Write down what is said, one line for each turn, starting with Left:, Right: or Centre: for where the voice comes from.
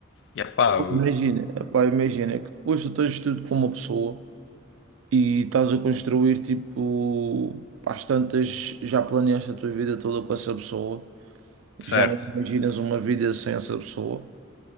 Left: e epá, eu-
Right: imagina, opá, imagina que depois tu tens tudo com uma pessoa e estás a construir, tipo, às tantas já planeaste a tua vida toda com essa pessoa,
Left: certo.
Right: já não imaginas uma vida sem essa pessoa.